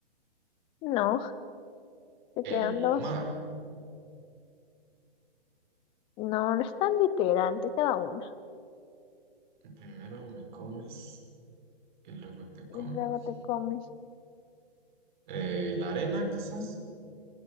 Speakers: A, on the left (about 15°); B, on the right (about 50°).
A: No, te
B: El
A: quedan dos.
B: mar.
A: No, no es tan literal, te queda una.
B: Primero me comes y luego te comes.
A: Y luego te comes.
B: Eh, ¿la arena quizás?